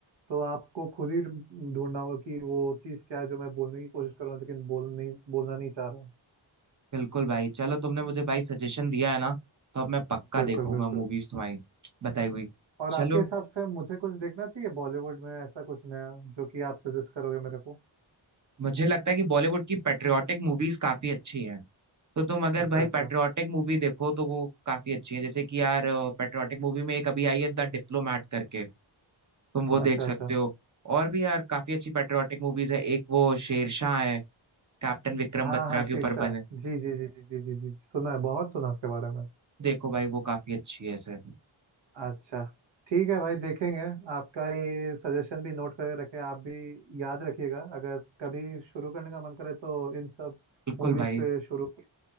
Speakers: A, on the right; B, on the right.
A: तो आपको खुद ही ढूंढना होगा कि वो चीज़ क्या है जो मैं बोलने की कोशिश कर रहा हूँ लेकिन बोल नहीं बोलना नहीं चाह रहा हूँ
B: बिल्कुल भाई चलो तुमने मुझे भाई सजेशन दिया है ना तो अब मैं पक्का
A: बिल्कुल
B: देखूंगा
A: बिल्कुल
B: मूवीज तुम्हारी बताई हुई
A: और
B: चलो
A: आपके हिसाब से मुझे कुछ देखना चाहिए बॉलीवुड में ऐसा कुछ नया जो कि आप सजेस्ट करोगे मेरे को
B: मुझे लगता है कि बॉलीवुड की पेट्रियाटिक मूवीज काफी अच्छी हैं तो तुम अगर
A: अच्छा
B: भाई
A: अच्छा
B: पेट्रियाटिक मूवी देखो तो वो काफी अच्छी है जैसे कि यार पेट्रियाटिक मूवी में एक अभी आई है द डिप्लोमैट करके तुम वो देख
A: अच्छा
B: सकते
A: अच्छा
B: हो और भी यार काफी अच्छी पेट्रियाटिक मूवीज है एक वो शेरशाह है कैप्टन विक्रम
A: हाँ
B: बत्रा
A: हाँ
B: के
A: शीर्षा
B: ऊपर बने
A: जी जी जी जी जी जी जी सुना है बहुत सुना है उसके बारे में
B: देखो भाई वो काफी अच्छी है सर
A: अच्छा ठीक है भाई देखेंगे आपका ये सजेशन भी नोट करके रखे आप भी याद रखिएगा अगर कभी शुरू करने का मन करे तो इन सब
B: बिल्कुल
A: मूवीज
B: भाई
A: से शुरू की